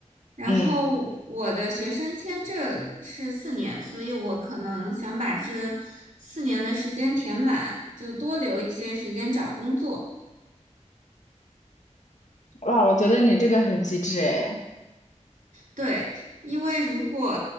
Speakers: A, on the right (about 85°); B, on the left (about 65°).
A: 然后我的学生签证是四年，
B: 嗯。
A: 所以我可能想把这四年的时间填满，就多留一些时间找工作。
B: 哇，我觉得你这个很机智诶。
A: 对，因为如果